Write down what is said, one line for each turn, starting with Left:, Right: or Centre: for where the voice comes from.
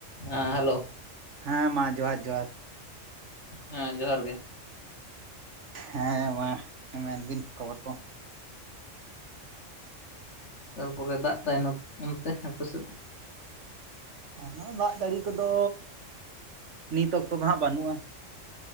Left: <inaudible> ᱦᱮᱸ ᱦᱮᱞᱳ᱾
Right: ᱦᱮᱸ ᱢᱟ ᱡᱚᱦᱟᱨ ᱡᱚᱦᱟᱨ,
Left: ᱦᱮᱸ ᱡᱚᱦᱟᱨ ᱜᱮ᱾
Right: ᱦᱮᱸ ᱢᱟ ᱢᱮᱱᱵᱤᱱ ᱠᱷᱚᱵᱚᱨ ᱠᱚ᱾
Left: ᱛᱟᱨᱯᱚᱨᱮ ᱫᱟᱜ ᱛᱟᱭᱱᱚᱢ ᱚᱱᱛᱮ ᱦᱟᱯᱮ ᱥᱮᱫ
Right: ᱦᱮᱸ ᱟᱫᱚ ᱡᱟᱹᱲᱤ ᱠᱚᱫᱚ ᱱᱤᱛ ᱚᱠᱛᱚ ᱫᱚ ᱦᱟᱸᱜ ᱵᱟᱹᱱᱩᱜ-ᱟ᱾